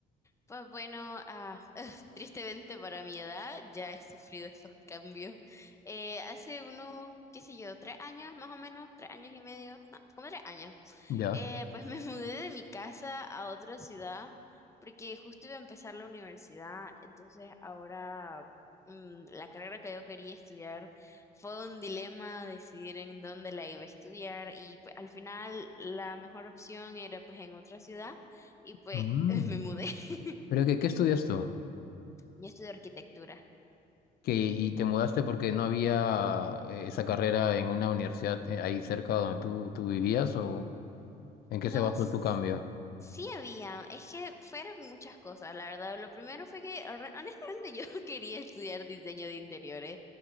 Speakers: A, on the left; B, on the left.
A: Pues bueno, ah, <laughs> tristemente para mi edad ya he sufrido esos cambios. Eh, hace unos, qué sé yo, tres años más o menos, tres años y medio, no, como tres años.
B: Ya.
A: Eh, pues <laughs> me mudé de mi casa a otra ciudad porque justo iba a empezar la universidad, entonces ahora mm, la carrera que yo quería estudiar fue un dilema decidir en dónde la iba a estudiar y pues, al final la mejor opción era pues en otra ciudad y pues
B: Mm.
A: <laughs> me mudé. <laughs>
B: ¿Pero qué, qué estudias tú?
A: Yo estudio arquitectura.
B: que y te mudaste porque no había eh, esa carrera en una universidad eh, ahí cerca donde tú, tú vivías o en qué
A: No
B: se basó tu cambio?
A: Sí había, es que fueron muchas cosas, la verdad. Lo primero fue que hon- honestamente yo <laughs> quería estudiar diseño de interiores,